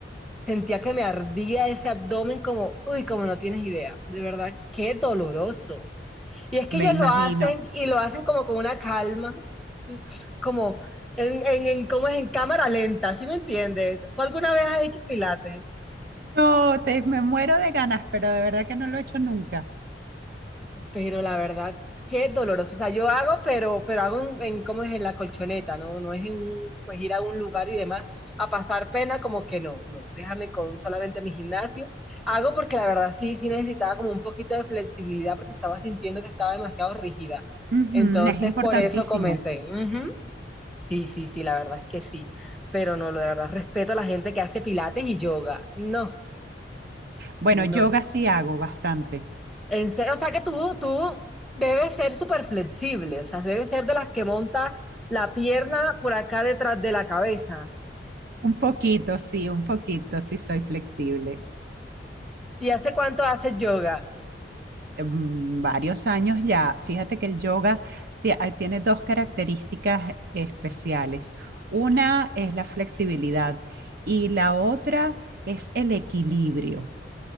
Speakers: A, in the centre; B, on the right (about 60°).
A: sentía que me ardía ese abdomen como, uy, como no tienes idea. De verdad, qué doloroso. Y es que
B: me
A: ellos
B: imagino.
A: lo hacen y lo hacen como con una calma. como en, en, en, ¿cómo es? en cámara lenta, ¿sí me entiendes? ¿Tú alguna vez has hecho pilates?
B: No, te, me muero de ganas, pero de verdad que no lo he hecho nunca.
A: Pero la verdad, qué doloroso. O sea, yo hago, pero, pero hago en, en ¿cómo es? En la colchoneta, ¿no? No es en, pues, ir a un lugar y demás a pasar pena, como que no, no, déjame con solamente mi gimnasio. Hago porque la verdad sí, sí necesitaba como un poquito de flexibilidad porque estaba sintiendo que estaba demasiado rígida.
B: Ujú,
A: Entonces,
B: es importantísimo.
A: por eso comencé. Ujú. Sí, sí, sí, la verdad es que sí. Pero no, la verdad, respeto a la gente que hace pilates y yoga. No,
B: Bueno,
A: no.
B: yoga sí hago bastante.
A: En serio, o sea que tú, tú debes ser súper flexible, o sea, debes ser de las que monta la pierna por acá detrás de la cabeza.
B: Un poquito, sí, un poquito, sí soy flexible.
A: ¿Y hace cuánto haces yoga?
B: Em, varios años ya. Fíjate que el yoga ti- ah, tiene dos características especiales. Una es la flexibilidad y la otra es el equilibrio.